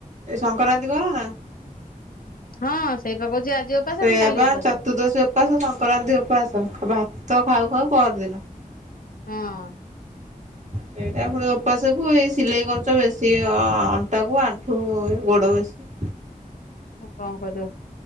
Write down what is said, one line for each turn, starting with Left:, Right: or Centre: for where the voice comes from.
Right: ଏ ସଂକ୍ରାନ୍ତୀ କର ନା?
Left: ହଁ ସେଇପା କହୁଛି ଆଜି ଓପାସ
Right: ସେୟା
Left: ପୁଣି କାଲି
Right: ବା
Left: ଓପାସ
Right: ଚତୁର୍ଦ୍ଦଶୀ ଉପାସ ସଂକ୍ରାନ୍ତି ଉପାସ ଭାତ ଖାଉ ଖାଉ ପରଦିନ।
Left: ହଁ
Right: ସେଇଟା ଫୁଣି ଉପାସକୁ ଏଇ ସିଲେଇ କରୁଛ ବେଶୀ ଅଣ୍ଟାକୁ ଆଣ୍ଠୁ ଗୋଡ ବେଶୀ
Left: ଆଉ କଣ କରିବ